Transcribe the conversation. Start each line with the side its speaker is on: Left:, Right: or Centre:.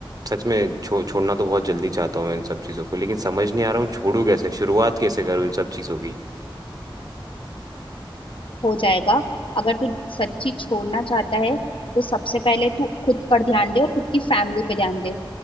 Right: सच में छो, छोड़ना तो बहुत जल्दी चाहता हूँ मैं इन सब चीज़ों को लेकिन समझ नहीं आ रहा हूँ छोड़ू कैसे शुरुआत कैसे करूँ इन सब चीज़ों की
Left: हो जाएगा अगर तू सच्ची छोड़ना चाहता है तो सबसे पहले तू खुद पर ध्यान दे और खुद की फैमिली पे ध्यान दे